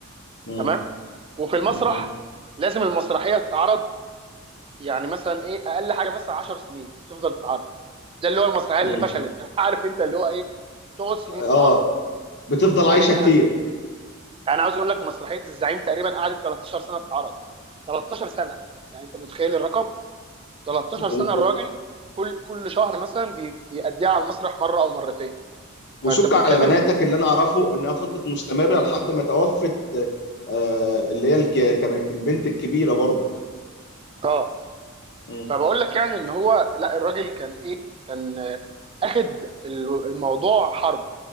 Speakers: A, on the left; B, on the right.
A: مم.
B: تمام وفي المسرح
A: مم.
B: لازم المسرحيه تتعرض يعني مثلا ايه اقل حاجه مثلا 10 سنين تفضل تتعرض ده اللي هو المسرحيه
A: مم.
B: اللي فشلت يعني <laughs> عارف انت اللي هو ايه تقعد سنين
A: اه
B: تتعرض
A: بتفضل
B: يعني
A: عايشه
B: إيه،
A: كتير
B: انا يعني عاوز اقول لك مسرحيه الزعيم تقريبا قعدت 13 سنه تتعرض 13 سنه يعني انت متخيل الرقم 13
A: و-
B: سنه
A: و-
B: الراجل كل كل شهر مثلا بي- بيأديها على المسرح مره او مرتين
A: وشك
B: فانت بتتكلم
A: على بناتك
B: في
A: اللي انا اعرفه انها فضلت مستمره لحد ما توفت آه، اللي هي الك- كانت البنت الكبيره برضو
B: اه
A: مم.
B: فبقول لك يعني ان هو لا الراجل كان ايه كان آه، اخد ال- الموضوع حرب